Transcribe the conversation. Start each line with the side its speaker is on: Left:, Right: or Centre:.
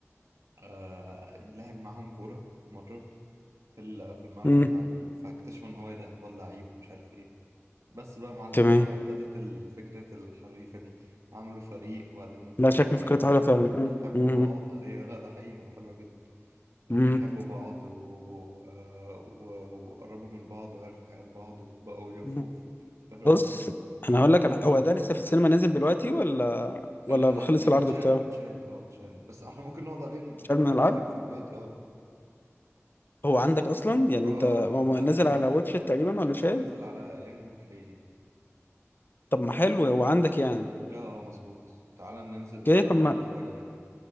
Right: آه... لعب معاهم كورة مرة في ال- في الملعب
Left: مم.
Right: بتاع ال... فاكتشفوا ان هو ايه ده واد لعيب مش عارف ايه بس بقى يا معلم
Left: تمام
Right: وهنا ابتدت ال- فكرة الحريفة دي عملوا فريق وبعدين ابتدوا
Left: لا شكل
Right: ي-
Left: فكرته حلوة فعلا
Right: يحبوا
Left: مم.
Right: بعض ايوه لا ده حقيقي هو حلوة جدا
Left: مم.
Right: يحبوا بعض و... و... وقربوا من بعض وعرفوا حياة بعض وبقوا يقفوا
Left: مم.
Right: في ظهر
Left: بص
Right: في
Left: انا هقول لك على-
Right: ظهر بعض
Left: هو ده لسه في السينما نازل دلوقتي ولا ولا
Right: لا لا
Left: خلص
Right: ن- اتشال
Left: العرض بتاعه
Right: اتشال اه اتشال بس احنا ممكن نقعد عليه نقعد
Left: مش عارف من
Right: نتفرج
Left: العرض
Right: في البيت اه
Left: هو عندك اصلا يعني
Right: اه اه
Left: انت هو
Right: اه. لا
Left: نازل
Right: منزله
Left: على واتش إت تقريبا ولا شاهد
Right: نزل على يانجو بلاي دي
Left: طب ما حلو هو عندك يعني
Right: اه اه مظبوط تعالى ننزل تعالى
Left: اوكي طب
Right: نقعد
Left: ما
Right: نتفرج عليه